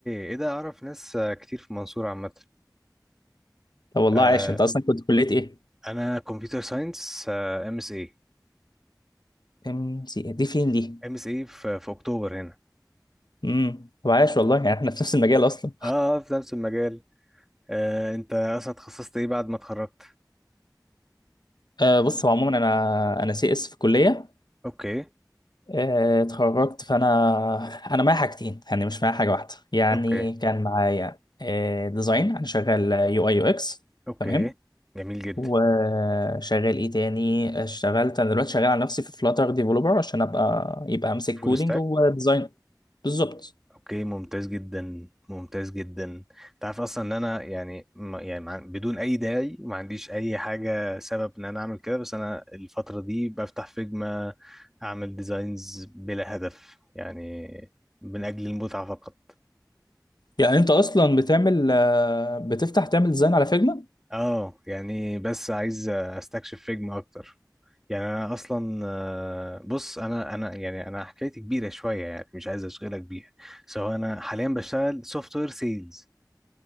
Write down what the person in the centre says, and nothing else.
ايه ده اعرف ناس كتير في المنصورة عامة
آه،
انا كمبيوتر ساينس ام اس اي
ام اس اي في في اكتوبر هنا
اه في نفس المجال آه، انت اصلا اتخصصت ايه بعد ما اتخرجت
اوكي
اوكي
اوكي
جميل جدا
فول
ستاك،
اوكي ممتاز جدا ممتاز جدا انت عارف اصلا ان انا يعني ما- يعني مع- بدون اي داعي ما عنديش اي حاجه سبب ان انا اعمل كده بس انا الفتره دي بفتح فيجما اعمل ديزاينز بلا هدف يعني من اجل المتعه فقط
اه يعني بس عايز استكشف فيجما اكتر يعني انا اصلا آه، بص انا انا يعني انا حكايتي كبيره شويه يعني مش عايز اشغلك بيها سو انا حاليا بشتغل سوفت وير سيلز